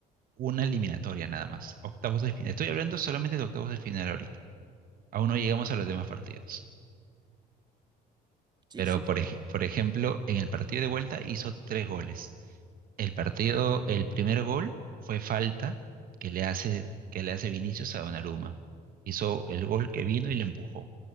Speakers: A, on the right; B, on the right.
A: una eliminatoria nada más, octavos de final. Estoy hablando solamente de octavos de final ahorita. Aún no llegamos a los demás partidos.
B: sí,
A: Pero
B: sí, sí,
A: por ej- por ejemplo, en el partido de vuelta hizo tres goles. El partido, el primer gol fue falta que le hace, que le hace Vinicius a Donnarumma. Hizo el gol que vino y le empujó.